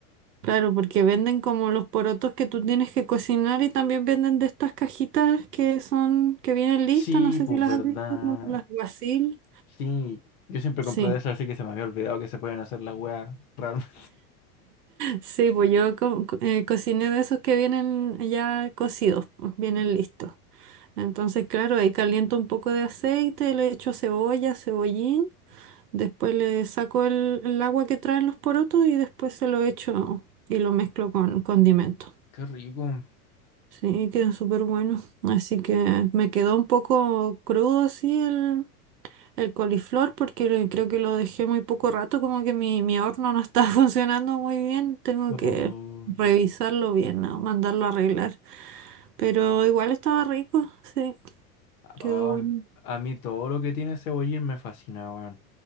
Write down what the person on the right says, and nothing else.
Claro, porque venden como los porotos que tú tienes que cocinar y también venden de estas cajitas que son, que vienen listas,
no sé
si las
has visto, como las guasil.
Sí,
sí, pues yo co- co- eh, cociné de esos que vienen ya cocidos, pues, vienen listos. Entonces, claro, ahí caliento un poco de aceite, le echo cebolla, cebollín, después le saco el, el agua que traen los porotos y después se lo echo y lo mezclo con condimentos.
Sí, quedó súper bueno. Así que me quedó un poco crudo así el, el coliflor porque lo- creo que lo dejé muy poco rato, como que mi, mi horno no está <laughs> funcionando muy bien. Tengo
que revisarlo bien, ¿no? Mandarlo a arreglar. Pero igual estaba rico, sí, quedó
bueno.